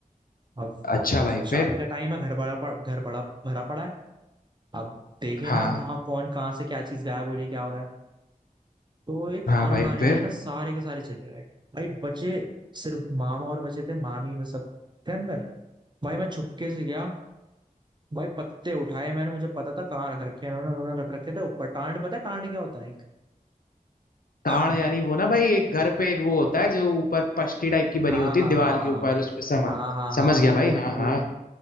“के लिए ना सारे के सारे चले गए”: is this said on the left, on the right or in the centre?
Right